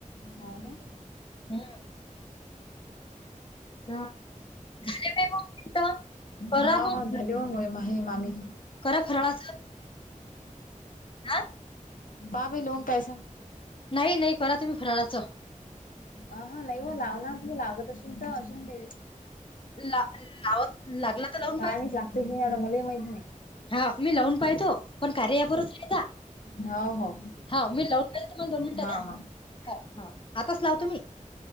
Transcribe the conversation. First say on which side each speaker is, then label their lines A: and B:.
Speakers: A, on the left; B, on the left.
A: हो ना.
B: हं. हां. झाले बाई मग मिनिटं. करा
A: हा
B: मग
A: हा. <unintelligible> मामी.
B: करा फरळाच आं.
A: बाबा लोन काय सांगत
B: नाही नाही, करा तुम्ही फराळाचं!
A: अ हा नाही व लावणार, तुम्ही लावतशीलल तर अजून दे
B: ला, लावत. लागला तर लावून
A: का नाहीचगते क आ मुले माहीत नाही.
B: हा मी लावून पाहतो, पण कार्या यापच राता
A: हा हो हो
B: हा मी लावून का तुम्हाला दोन मिनिटात,
A: हा हा
B: आताच लाव तु म्ही